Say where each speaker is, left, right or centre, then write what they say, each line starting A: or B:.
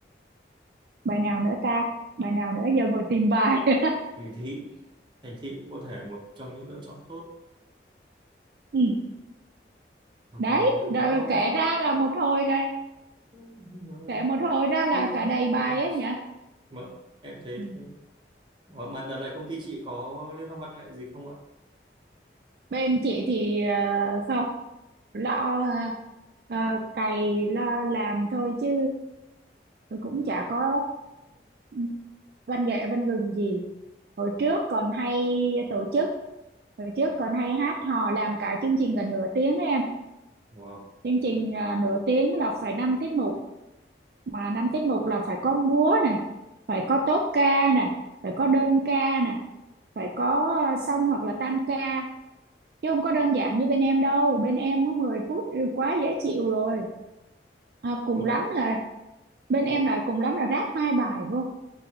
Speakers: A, on the right; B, on the right.
A: bài nào nữa ta bài nào nữa giờ ngồi tìm bài <laughs>
B: thành thị thành thị cũng có thể một trong những lựa chọn tốt
A: ừ.
B: hoặc
A: đấy
B: về lại
A: rồi
B: con
A: kể
B: phố
A: ra là một hồi là
B: mà
A: kể một hồi ra là
B: thương
A: cả đầy bài
B: đúng không
A: ấy nhỉ
B: mà em thấy
A: Ừ.
B: thế. Ủa, mà đợt này công ty chị có liên hoan văn nghệ gì không ạ
A: bên chị thì ờ, không lo ờ, ờ, cày lo làm thôi chứ cũng chả có ờ, văn nghệ văn gừng gì hồi trước còn hay tổ chức hồi trước còn hay hát hò làm cả chương trình gần nửa tiếng ấy em
B: wow
A: chương trình à, nửa tiếng là phải năm tiết mục mà năm tiết mục là phải có múa nè phải có tốp ca nè phải có đơn ca nè phải có ờ, song hoặc là tam ca chứ không có đơn giản như bên em đâu bên em có 10 phút thì quá dễ chịu rồi à, cùng
B: còn
A: lắm
B: bận
A: là bên
B: dạ
A: em
B: vâng
A: là cùng lắm là ráp hai bài vô